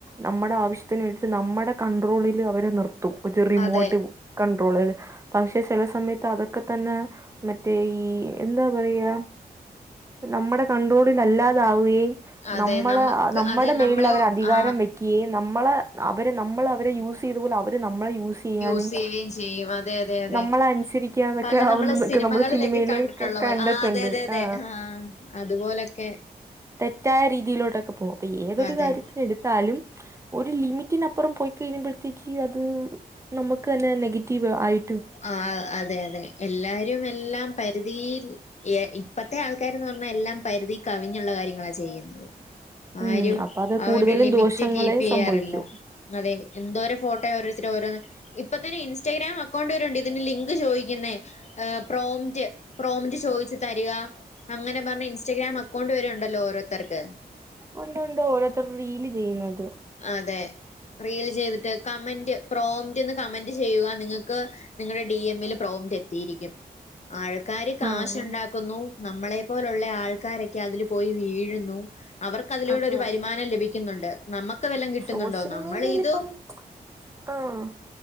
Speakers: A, on the right (about 15°); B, on the left (about 40°).
A: നമ്മടെ ആവശ്യത്തിന് വേണ്ടിട്ട് നമ്മടെ കഡ്രോളിലവരെ നിർത്തും ഒരു റിമോട്ട്
B: അതെ
A: കൺണ്ട്രോളില് <inaudible> പക്ഷെ ചെല സമയത്ത് അതൊക്കെതന്നെ മറ്റേഈ എന്താപറയാ നമ്മടെ കൺട്രോളിലല്ലാതാവുകയും
B: അതെ
A: നമ്മള
B: നമ്മക്ക്
A: നമ്മടെ
B: അതെ
A: മേലിൽ
B: നമ്മളെ
A: അവരധികാരംവെ
B: ആ
A: കി നമ്മളെ അവര്നമ്മള് അവരെയൂസയ്തയ്തപോലെ അവര് നമ്മളെയൂസ് ചെയ്യാനും
B: യൂസ് ചെയ്യുകയും ചെയ്യും അതെ അതെ അതെ
A: നമ്മളനുസരിക്കാതൊക്കെ
B: പല
A: ആവുന്നതൊക്കെ
B: നമ്മള് സിനിമകളിലൊക്കെ
A: നമ്മുടെ സിനിമേല്
B: കണ്ടിട്ടുള്ള
A: കകണ്ടിട്ടുണ്ട്
B: പോലെ ആ അതെ അതെ അതെ
A: ആ
B: അതുപോലൊക്കെ
A: തെറ്റായരീതിയിലോട്ടൊക്കെപോ അപ്പൊ ഏതൊരു
B: അതെ
A: കാര്യത്തിനടു താലും ഒരു ലിമിറ്റിനപ്പുറംപോയി കഴിയുമ്പഴത്തേക്ക് അത് നമുക്കന്നെ നെഗറ്റീവ്ആയി
B: ആ അതെഅതെ എല്ലാരുംഎല്ലാം പരിധിയിൽ ഇപ്പത്തെആൾക്കാര്ന്ന്പറഞ്ഞാ എല്ലാംപരിധികവിഞ്ഞുള്ള കാര്യങ്ങളാ ചെയ്യുന്നത്.
A: ഉം
B: ആരും
A: അപ്പൊ അത്
B: ആഒരുലിമിറ്റ്
A: കൂടുതലും ദോഷങ്ങളെ
B: കീപ്പ്യ്യാറില്ല.
A: സംഭവിക്കൂ
B: അതെ എന്തോരോഫോട്ടോഓരോരുതര് ഓരോ ഇപ്പൊത്തന്നെഇൻസ്റ്റാഗ്രാം കൊണ്ടരുണ്ട് ഇതിന്റെ ലിങ്ക് ചോയ്ക്കുന്നേ പ്രോമ്റ്റ് പ്രോമിറ്റ് ചോദിച്ചു തെരാ അങ്ങനെപറഞ്ഞഇൻസ്റ്റാഗ്രാംഅക്കൗണ്ട് വരെഉണ്ടല്ലോഓരോത്തർക്ക്
A: ഒണ്ട് ഒണ്ട് ഓരോരുത്തര്റീല് ചെയ്യുന്നത്.
B: അതെ റീൽചെയ്ത്ട്ട് കമന്റ് പ്രൊമ്ൻഡ്ന്ന് കമന്റ്ചെയ്യുക നിങ്ങക്ക് നിങ്ങളുടെ ഡി എംൽ പ്രോമറ്റ് എത്തിയിരിക്കും ആൾക്കാാര് കാശ്ണ്ടാക്ക
A: ആഹ്
B: കുന്നു നമ്മളെ പോലുള്ള ആൾക്കാരൊക്കെ അതി പോയി വീഴുന്നു അവർക്ക് അതിലൂടൊരുവരുമാനം
A: അതെ
B: ലഭിക്കുന്നുണ്ട് നമ്മക്കവല്ലം കിട്ടുന്നുണ്ടോ
A: സോഷ്യൽ
B: നമ്മൾ
A: മീഡിയയിൽ
B: ഇതു
A: ഇപ്പം ആഹ്